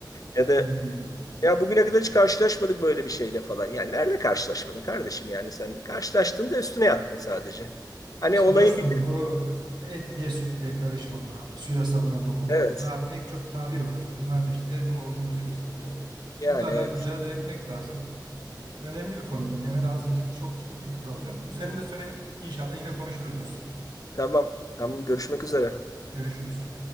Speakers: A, on the left; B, on the right.
A: Ya da
B: Hmm.
A: ya bugüne kadar hiç karşılaşmadık böyle bir şeyle falan. Yani nerede karşılaşmadın kardeşim yani sen karşılaştın da üstüne yattın sadece. Hani
B: İşte
A: olayın
B: dostum
A: bir
B: bu et diye süt diye karışmama, suya sabuna dokunmama
A: Evet.
B: daha pek çok tabir var. Bunlar da işte ne olduğumuzu gösteriyor.
A: Yani
B: Bunlarla
A: evet.
B: mücadele etmek lazım. Ee, önemli bir konu bu. Nemel ağzımızdaki çok ciddi bir problem. Üzerinde sonra inşallah yine konuşuruz dostum.
A: Tamam. Tamam. Görüşmek üzere.
B: Görüşürüz.